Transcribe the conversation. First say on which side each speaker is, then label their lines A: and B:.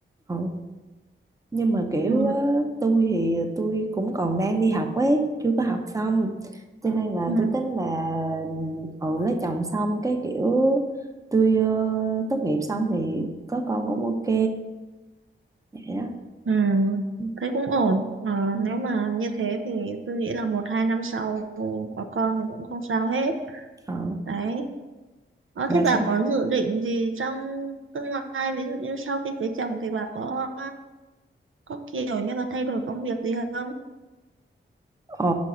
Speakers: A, on the right; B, on the right.
A: ồ nhưng mà kiểu
B: ừ.
A: á, tôi thì tôi cũng còn đang đi học ấy chưa có học xong cho nên là
B: Ừ.
A: tôi tính là ừ, lấy chồng xong cái kiểu tôi ờ, tốt nghiệp xong thì có con cũng ok vậy đó
B: Ừ.
A: ừ.
B: Thấy cũng ổn Ờ,
A: ừ.
B: nếu mà như thế thì tôi nghĩ là một hai năm sau có con thì cũng không sao hết
A: ờ
B: Đấy. Ờ,
A: bà
B: thế bà
A: sao
B: có dự định gì trong tương lai, ví dụ như sau khi cưới chồng thì bà có có kiểu như là thay đổi công việc gì không?
A: Ờ,